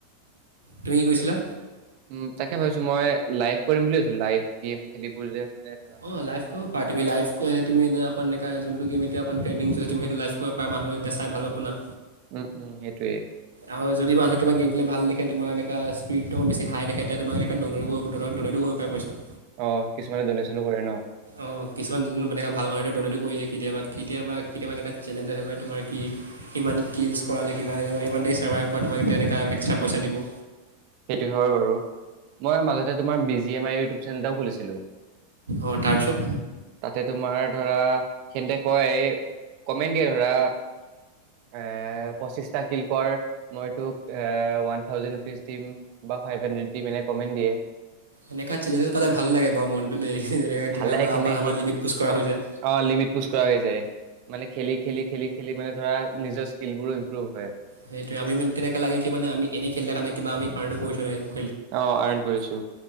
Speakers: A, on the right; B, on the right.
A: তুমি কি কৈছিলা
B: উম তাকে ভাবিছো মই লাইভ কৰিম বুলি ভাবিছো লাইভ গেম খেলিবোৰ যে মানে ধৰা
A: অ লাইফ খেলিব পৰা তুমি লাইফ তে তুমি অকন এনেকুৱা যোনটো গেম এয়া অকণ ট্ৰেডিং তু সেইটো লাইফ কৰিব পাৰা এতিয়া মানুহে চাই ভাল পাব না
B: উম, উম, সেইটোৱে।
A: আৰু যদি মানুহে তোমাৰ গেম বিলাক ভাল দেখে তোমাৰ এনেকা স্পীডটো অ বেছি হাই দেখে তেতিয়া তোমাক ডনেট ডনেটো কৰিব পাৰে পইছা
B: অ কিছুমানে ডনেশ্যনো কৰে ন
A: অঁ কিছুমান এনেকুৱা ভাল মানুহ ডনেটো কৰি দিয়ে কেতিয়াবা কেতিয়াবা কেতিয়াবা এনেকা চেলেঞ্জ আহে তোমাৰ কি ইমান কিলছ কৰা নে ইমান দেৰি চাৰৰ্ভাইভ কৰা তোমাক এতিয়া এনেুৱা এক্সট্ৰা পইচা দিব
B: সেইটো হয় বাৰু মই মাজতে তোমাৰ বি জি এমৰ ইউটিউব চেনেল এটাও খুলিছিলো
A: অঁ তাৰপিছত
B: তাতে তোমাৰ ধৰা সেতে কয় কমেন্ট দিয়ে ধৰা এ পঁচিছটা কিলকৰ মই তোক ওৱান থাউজেণ্ড ৰুপিচ দিম বা ফাইভ হাড্ৰেড দিম কমেণ্ট দিয়ে
A: এনেকুৱা চেলেঞ্জছ পালে ভাল লাগে বাৰু মনটো দে যেনেকে
B: ভালে
A: তেতিয়া আমাক
B: কিন্তু
A: অকন আমাৰ
B: সেই
A: লিমিট পোষ্ট কৰা হয় যে
B: অ', লিমিট পুচ কৰা হৈ যায়। মানে খেলি, খেলি, খেলি, খেলি মানে ধৰা নিজৰ স্কীলবোৰো ইম্প্ৰুভ হয়
A: সেইটোয়ে আমি তেনেকে লাগে কি আমি এনে খেলি থকা নাই কিবা আমি কামো কৰিছো
B: অ আৰ্ণ কৰিছো